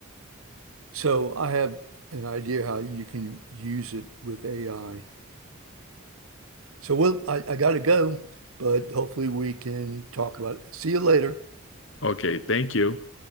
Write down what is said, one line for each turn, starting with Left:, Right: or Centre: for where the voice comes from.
Right: So I have an idea how you can use it with AI. So well, I, I gotta go, but hopefully we can talk about it. See you later.
Left: Okay, thank you.